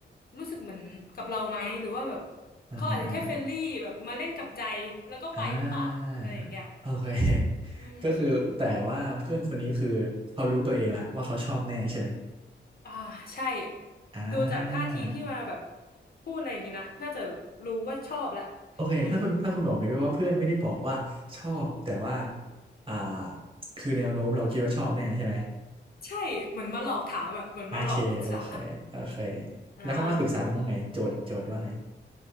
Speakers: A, on the left; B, on the right.
A: รู้สึกเหมือนกับเราไหมหรือว่าแบบ
B: อ่าฮะอ่าฮะ
A: เขาอาจจะแค่เฟรนลี่แบบมาเล่นกับใจแล้วก็ไปหรือเปล่าอะไรอย่างเงี้ย
B: อ่าโอเค <laughs>
A: อืม
B: ก็คือแต่ว่าเพื่อนคนนี้คือเขารู้ตัวเองแล้วว่าเขาชอบแน่ใช่ไหม
A: อ่าใช่
B: อ่า
A: ดูจากท่าทีที่มาแบบพูดอะไรอย่างงี้นะน่าจะรู้ว่าชอบแหละ
B: โอเค
A: อืม
B: ถ้าคุณถ้าคุณบอกดิว่าเพื่อนไม่ได้บอกว่าชอบแต่ว่าอ่าคือแนวโน้มเราคิดว่าชอบแน่ใช่ไหม
A: ใช่เหมือนมาหลอกถามอะเหมือนมาหลอกปรึกษา
B: โอเคโอเคโอเค
A: อ่า
B: แล้วเขามาปรึกษาคุณว่าไงโจทย์โจทย์ว่าไง